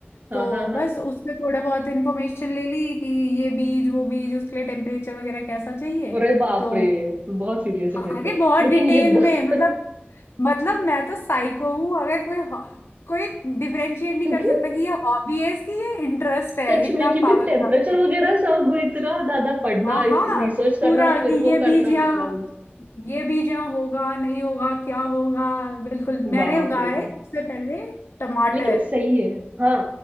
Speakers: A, on the right; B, on the left.
A: हाँ
B: तो
A: हाँ हाँ
B: बस उससे थोड़ा बहुत इन्फॉर्मेशन ले ली कि ये बीज वो बीज उसके लिए टेम्परेचर वगैरह कैसा चाहिए
A: अरे बाप
B: तो
A: रे बहुत सीरियस है
B: हाँ,
A: फिर
B: अरे
A: तो
B: बहुत
A: लेकिन
B: डिटेल
A: ये ब-
B: में मतलब
A: <laughs>
B: मतलब मैं तो साइको हूँ अगर कोई हो- कोई डिफरेंशिएट नहीं
A: क्योंकि
B: कर सकता कि ये हॉबी है इसकी ये इंटरेस्ट है
A: सच
B: इतना
A: में क्योंकि
B: पागल
A: टेम्परेचर
B: करते
A: वगैरह सब इतना ज्यादा पढ़ना
B: हाँ
A: रिसर्च
B: हाँ
A: करना
B: पूरा
A: और फिर
B: कि
A: वो
B: ये बीज
A: करना
B: यहाँ
A: मतलब
B: ये बीज यहाँ होगा नहीं होगा क्या होगा बिल्कुल मैंने
A: बाप
B: उगाया
A: रे बाप
B: है सबसे पहले टमाटर
A: लेकिन सही है हाँ